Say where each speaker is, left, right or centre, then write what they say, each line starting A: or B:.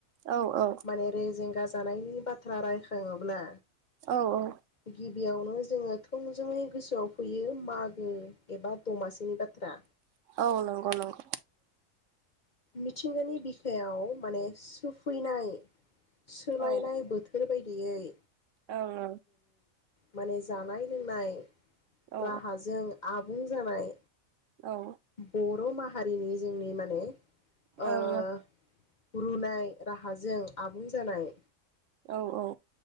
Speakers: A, on the right; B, on the left.
A: औ औ
B: माने रेजें गाजानायनि बाथ्रा रायखाङोब्ला
A: औ औ
B: गिबियावनो जोङो थोंजोङै गोसोआव फैयो मागो एबा दमासिनि बाथ्रा
A: औ नंगौ नंगौ।
B: मिथिंगानि बिखायाव माने सुफैनाय सोलायनाय
A: औ
B: बोथोर बायदि बेयै
A: औ ओ ।
B: माने जानाय लोंनाय
A: औ
B: राहाजों आबुं जानाय
A: औ ।
B: बर' माहारिनि जोंनि माने
A: ओं
B: ओ रुनाय राहाजों आबुं जानाय
A: औ औ